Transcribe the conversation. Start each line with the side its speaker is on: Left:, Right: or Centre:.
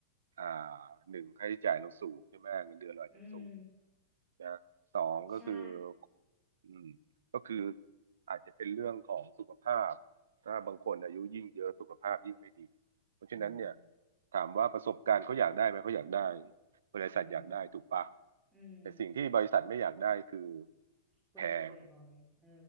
Right: อ่าหนึ่งค่าใช้จ่ายเราสูงใช่ไหมเงินเดือนเราอาจจะสูง
Centre: อืม
Right: นะสองก็คือ
Centre: ใช่
Right: อืมก็คืออาจจะเป็นเรื่องของสุขภาพถ้าบางคนอายุยิ่งเยอะสุขภาพยิ่งไม่ดีเพราะฉะนั้นเนี่ย
Centre: โอ้
Right: ถามว่าประสบการณ์เขาอยากได้ไหมเขาอยากได้บริษัทอยากได้ถูกปะ
Centre: อืมอืม
Right: แต่สิ่งที่บริษัทไม่อยากได้คือ
Centre: คนป่วยบ่อยเออ
Right: แพง